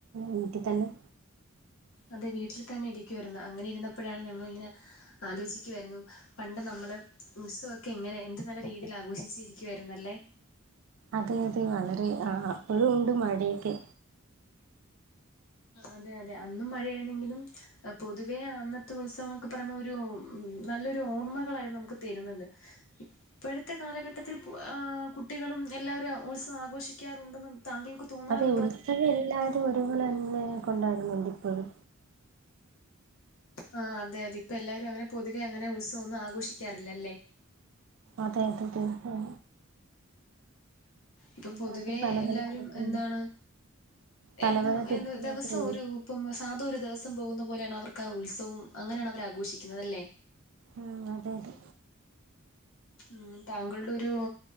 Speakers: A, on the right (about 65°); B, on the left (about 65°).
A: വീട്ടിതന്നെ
B: അതെ വീട്ടിൽ തന്നെ ഇരിക്കുവായിരുന്നു. അങ്ങനെ ഇരുന്നപ്പഴാണ് ഞങ്ങളിങ്ങനെ ആലോചിക്കുവാരുന്നു പണ്ട് നമ്മള് ഉത്സവൊക്കെ എങ്ങനെ എന്ത് നല്ല രീതിയിലാഘോഷിച്ചിരിക്കുവായിരുന്നല്ലേ
A: അതെ അതെ വളരെ ആഹ് അപ്പോഴുണ്ട് മഴയൊക്കെ
B: അതെ, അതെ അന്നും മഴയായിരുന്നെങ്കിലും പൊതുവേ അന്നത്തെ ഉത്സവംന്നൊക്കെ പറയുമ്പോരു നല്ലൊരു ഓർമ്മകളായിരുന്നു നമുക്ക് തരുന്നത്. <inaudible> ഇപ്പോഴത്തെ കാലഘട്ടത്തിൽ പ് ആ കുട്ടികളും എല്ലാവരും ഉത്സവം ആഘോഷിക്കാറുണ്ടെന്ന് താങ്കൾക്ക് തോന്നാറുണ്ടോ
A: അതെ ഉത്സവ എല്ലാരും ഒരുപോലെ തന്നെ കൊണ്ടോവല്ണ്ട് ഇപ്പഴും
B: ആഹ് അതെ അതെ ഇപ്പെല്ലാരും അങ്ങനെ പൊതുവെ അങ്ങനെ ഉത്സവോന്നും ആഘോഷിക്കാറില്ലല്ലേ?
A: അതെ അതെ അഹ്
B: ഇപ്പം
A: എല്ലാവരും
B: പൊതുവേ
A: പല
B: എല്ലാവരും
A: പല തിരക്കില്ല
B: എന്താണ്,
A: പല
B: എന്നും
A: പല തിരക്കിലായിട്ട്
B: എന്നും ‌ ദെവസൊരു
A: പോകും
B: ഇപ്പം സാധ ഒരു ദിവസം പോകുന്ന പോലെയാണവർക്കാ ആ ഉത്സവും അങ്ങനെയാണവർ ആഘോഷിക്കുന്നതല്ലേ
A: ഹ്മ്മ്, അതെ അതെ.
B: ഉം താങ്കളുടെ ഒരു